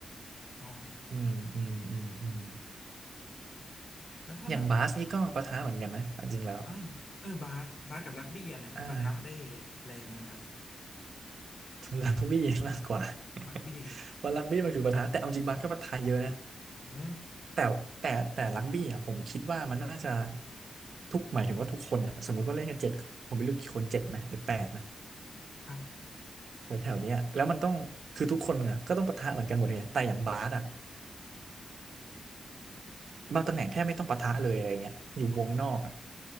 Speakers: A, on the left; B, on the right.
A: อ๋อ
B: อืมอืมอืมอืม
A: แล้วถ้าแบบ
B: อย่างบาสนี่ก็ปะทะเหมือนกันนะจริงๆแล้ว
A: อ่าเออบาสบาสกับรักบี้อันไหนมันปะทะได้
B: อ่า
A: แรงกันครับ
B: รักบี้มากกว่า <laughs>
A: รักบี้
B: เพราะรักบี้มันคือประธานแต่เอาจริงบาสก็ประธานเยอะนะ
A: อ๋อ
B: แต่แต่แต่รักบี้อ่ะผมคิดว่ามันน่าจะทุกหมายถึงว่าทุกคนอะสมมติว่าเล่นกันเจ็ดผมไม่รู้กี่คนเจ็ดไหมหรือแปดนะ
A: ครับ
B: แถวแถวเนี้ยแล้วมันต้องคือทุกคนอ่ะก็ต้องปะทะเหมือนกันหมดไงแต่อย่างบาสอ่ะบางตำแหน่งแทบไม่ต้องปะทะเลยอะไรเงี้ยอยู่วงนอกอ่ะ
A: อ๋อ